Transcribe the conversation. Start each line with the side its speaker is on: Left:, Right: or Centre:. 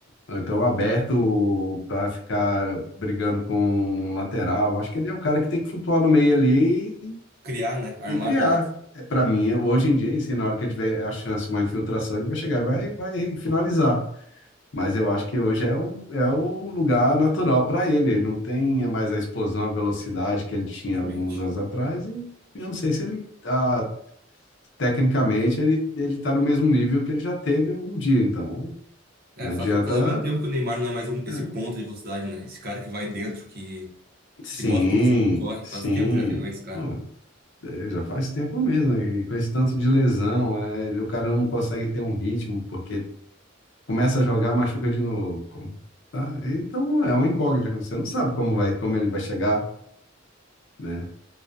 Left: ou então aberto para ficar brigando com o lateral. Acho que ele é o cara que tem que flutuar no meio ali
Right: Criar, né? Armar
Left: e, e criar.
Right: a jogada.
Left: Para mim, hoje em dia, e se na hora que ele tiver a chance, uma infiltração, ele vai chegar e vai, vai finalizar. Mas eu acho que hoje é o, é o lugar natural para ele. Ele não tem mais a explosão, a velocidade que ele tinha
Right: Exatamente.
Left: alguns anos atrás. E eu não sei se ele, ah, tecnicamente, ele ele está no mesmo nível que ele já teve um dia. Então,
Right: É,
Left: não
Right: faz,
Left: adianta.
Right: faz algum tempo que o Neymar não é mais um-
Left: né?
Right: esse ponta de velocidade, né? Esse cara que vai dentro, que,
Left: Sim,
Right: que bota pro fundo, corre.
Left: sim.
Right: Faz tempo já que ele não é esse cara.
Left: Pô, é, já faz tempo mesmo. né? E com esse tanto de lesão, é, o cara não consegue ter um ritmo, porque começa a jogar, machuca de novo. Como- Tá? Então, é um incógnito. Você não sabe como vai, como ele vai chegar né?